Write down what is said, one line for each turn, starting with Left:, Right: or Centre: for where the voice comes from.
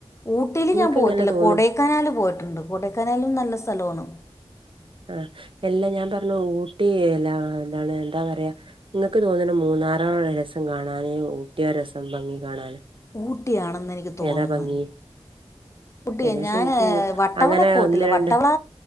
Left: ഊട്ടില് ഞാ
Right: ക്ക്ങ്ങനെ തോന്നി
Left: കനാല് പോയിട്ടുണ്ട് കൊടൈക്കനാലും നല്ല സ്ഥലോണ്
Right: ആഹ് എല്ലാം ഞാൻ പറഞ്ഞു ഊട്ടി എല്ലാം എന്താണ് എന്താ പറയാ ഇങ്ങക്ക് തോന്നണ് മൂന്നാറാ രസം കാണാന് ഊട്ടിയ രസം ഭംഗി കാണാന്
Left: ഊട്ടിയാണെന്നെനിക്ക് തോന്നുന്ന്
Right: ഏതാ ഭംഗി?
Left: ഊട്ടിയ
Right: പിന്നെ പക്ഷെ
Left: ഞാന്
Right: ഇൻക്ക് ഊ
Left: വട്ടവളെ
Right: അങ്ങനെ
Left: പോയിട്ടില്ല
Right: ഒന്ന് രണ്ട്
Left: വട്ടവള